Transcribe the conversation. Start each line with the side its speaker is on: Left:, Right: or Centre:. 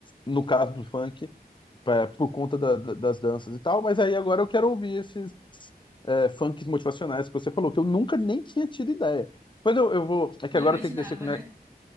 Left: no caso do funk, é, por conta da- da- das danças e tal, mas aí agora eu quero ouvir é, funks motivacionais que você falou, que eu nunca nem tinha tido ideia. Depois eu, eu vou. É que
Right: Não
Left: agora
Right: imaginava,
Left: eu tenho que descer com a minha.
Right: né?